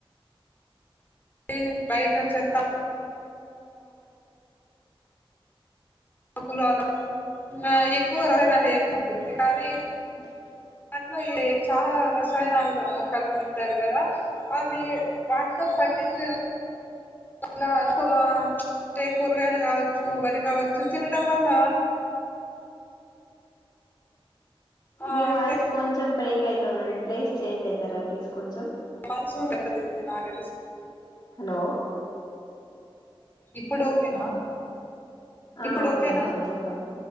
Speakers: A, on the left; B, on the left.
A: అ బయట చెత్తా <inaudible> ఆకులు అలా <inaudible> ఇంగ ఎక్కువ రసాయనాలు ఏముంటుంది కానీ
B: <inaudible>
A: దాంట్లో ఎ చాలా రసాయనాలు కలుపుంటారు కదా అవి వాటితో పండించ <unintelligible> అంటే కూరగాయలు కావచ్చు వరి కావచ్చు తినడం వల్ల ఆ
B: మీ వాయిస్
A: అంటే
B: కొంచెం బ్రేక్ అయితుందండి ప్లేస్ చేంజ్ అయితారా ప్లీజ్ కొంచెం
A: మనసు దెబ్బ తింటుంది నాకు తెల్సి
B: హలో
A: ఇప్పుడు ఓకేనా
B: ఆ
A: ఇప్పుడు
B: ఓకేనండి
A: ఓకేనా
B: చెప్పండి